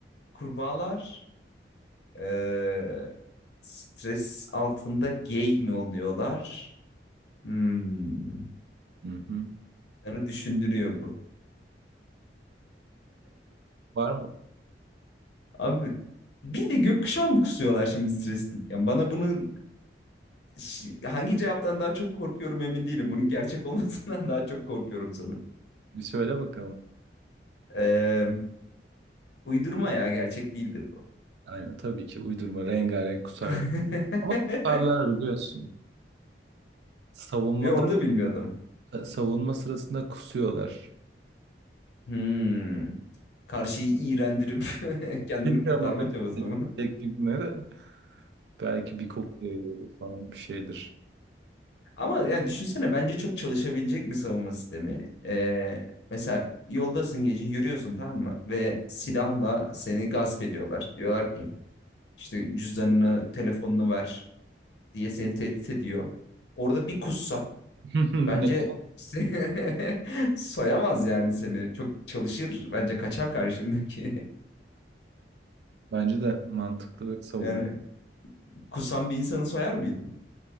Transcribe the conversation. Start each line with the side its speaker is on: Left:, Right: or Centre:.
Left: kurbağalar. Ee, stres altında gay mi oluyorlar? Hmm.
Right: Hı hı.
Left: Beni düşündürüyor bu.
Right: Var mı?
Left: Abi bildiğin gökkuşağı mı kusuyorlar şimdi stresliyken? Bana bunun Ş- hangi cevaptan daha çok korkuyorum emin değilim. Bunun gerçek olmasından <laughs> daha çok korkuyorum sanırım.
Right: Bir söyle bakalım.
Left: Ee, uydurma ya gerçek değildir bu.
Right: Aynen tabii ki uydurma rengarenk kusar.
Left: <laughs>
Right: Ama kusarlar biliyorsun. Savunmada
Left: Ve onu da bilmiyordum.
Right: e, savunma sırasında kusuyorlar.
Left: Hmm. Karşıyı iğrendirip <laughs> kendini
Right: Bilmiyorum
Left: kurtarma
Right: oradaki
Left: çabası mı?
Right: teknikleri. Belki bir koku yayıyordur falan bir şeydir.
Left: Ama yani düşünsene bence çok çalışabilecek bir savunma sistemi. Ee, mesela yoldasın gece yürüyorsun tamam mı? Ve silahla seni gasp ediyorlar. Diyorlar ki işte cüzdanını, telefonunu ver diye seni tehdit ediyor. Orada bir kussan
Right: <laughs>
Left: bence
Right: Yani
Left: se- <laughs> soyamaz yani seni. Çok çalışır bence kaçar karşındaki. <laughs>
Right: Bence de mantıklı ve savun.
Left: Yani kusan bir insanı soyar mıydın?